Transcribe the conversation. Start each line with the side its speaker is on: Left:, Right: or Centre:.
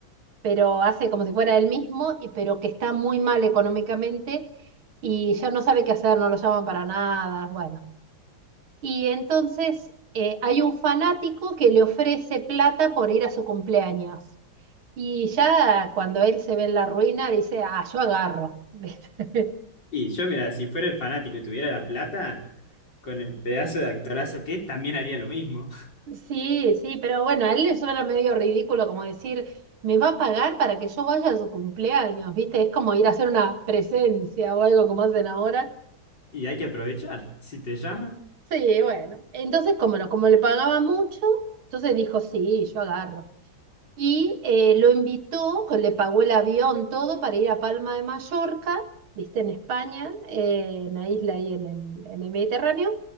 Right: pero hace como si fuera él mismo, y, pero que está muy mal económicamente y ya no sabe qué hacer, no lo llaman para nada, bueno. Y entonces eh, hay un fanático que le ofrece plata por ir a su cumpleaños. Y ya cuando él se ve en la ruina, dice, ah, yo agarro. <laughs> ¿viste?
Left: Y yo, mira, si fuera el fanático y tuviera la plata, con el pedazo de actorazo que es, también haría lo mismo. <laughs>
Right: Sí, sí, pero bueno, a él le suena medio ridículo como decir, me va a pagar para que yo vaya a su cumpleaños, ¿viste? Es como ir a hacer una presencia o algo como hacen ahora.
Left: Y hay que aprovechar. Si te llaman,
Right: Sí, bueno. Entonces, como no, como le pagaba mucho, entonces dijo, sí, yo agarro. Y eh, lo invitó, que le pagó el avión, todo, para ir a Palma de Mallorca, viste, en España, eh, en la isla ahí en el, en el Mediterráneo,